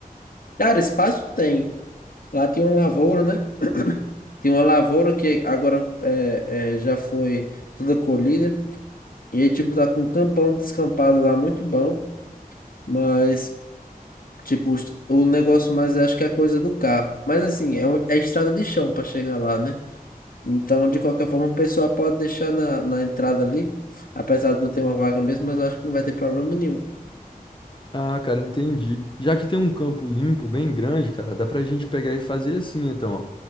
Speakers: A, on the left; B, on the left.
A: Cara, espaço tem. Lá tem uma lavoura, né? Tem uma lavoura que agora é, é, já foi toda colhida. E aí, tipo, tá com um campão descampado lá muito bom. Mas, tipo, os- o negócio mais acho que é a coisa do carro. Mas assim, é, um- é estrada de chão para chegar lá, né? Então, de qualquer forma, o pessoal pode deixar na, na entrada ali. Apesar de não ter uma vaga mesmo, mas eu acho que não vai ter problema nenhum.
B: Ah, cara, entendi. Já que tem um campo limpo bem grande, cara, dá pra gente pegar e fazer assim, então, ó